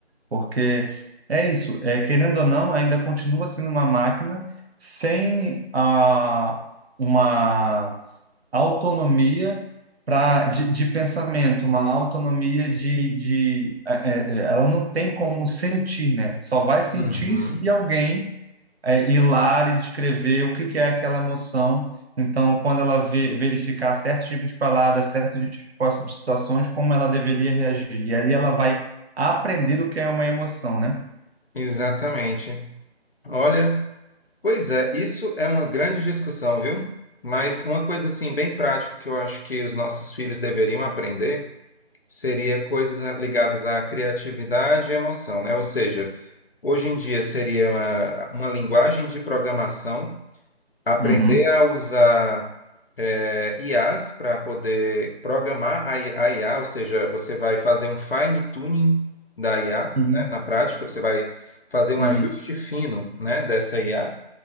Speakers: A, on the right (about 70°); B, on the left (about 60°).
A: Porque é isso, é, querendo ou não, ainda continua sendo uma máquina sem a, uma autonomia pra, de, de pensamento, uma autonomia de, de é, é, é, ela não tem como sentir, né? Só vai sentir
B: uhum.
A: se alguém é, ir lá e descrever o que que é aquela emoção. Então, quando ela ve- verificar certos tipos de palavras, certos tipos de situações, como ela deveria reagir. E ali ela vai aprender o que é uma emoção, né?
B: Exatamente. Olha. Pois é, isso é uma grande discussão, viu? Mas uma coisa assim bem prática que eu acho que os nossos filhos deveriam aprender seria coisas ligadas à criatividade e emoção, né? Ou seja, hoje em dia seria uma, uma linguagem de programação, aprender
A: Uhum,
B: a usar eh, IAs para poder programar a I- a IA, ou seja, você vai fazer um fine tuning da IA,
A: Uhum.
B: né? Na prática, você vai fazer um
A: uhum.
B: ajuste fino, né, dessa IA